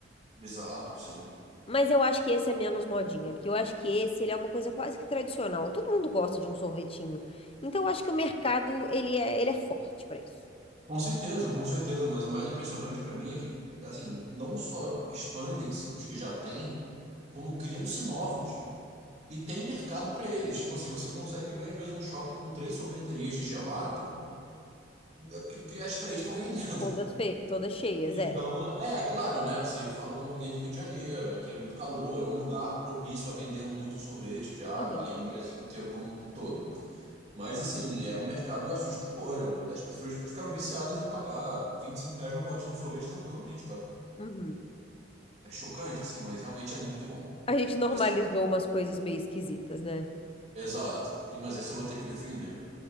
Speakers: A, on the right; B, on the left.
A: Bizarro, sim.
B: Mas eu acho que esse é menos modinha, porque eu acho que esse ele é uma coisa quase que tradicional. Todo mundo gosta de um sorvetinho. Então eu acho que o mercado ele é ele é forte pra isso.
A: Com certeza, com certeza, mas o mais impressionante para mim é que, assim, não só expandem-se os que já têm, como criam-se novos. E tem mercado para eles. Tipo assim, você consegue ver, às vezes, um shopping com três sorveterias de gelato é, que, que as três estão vendendo.
B: Todas
A: <laughs>
B: fe... todas cheias,
A: Então,
B: é.
A: é, é claro, né? Assim, eu falo como alguém do Rio de Janeiro, aqui é muito calor, é um lugar propício a vender muito sorvete já,
B: Aham.
A: além do Brasil inteiro como um todo. Mas assim, é um mercado assustador. Eu- As pessoas ficaram viciadas em pagar 25 reais num potinho de sorvete tranquilamente, tá?
B: Uhum.
A: É chocante, assim, mas realmente é muito bom.
B: A gente normalizou
A: Esse-
B: umas coisas meio esquisitas, né?
A: Exato. E- Mas esse eu vou ter que defender.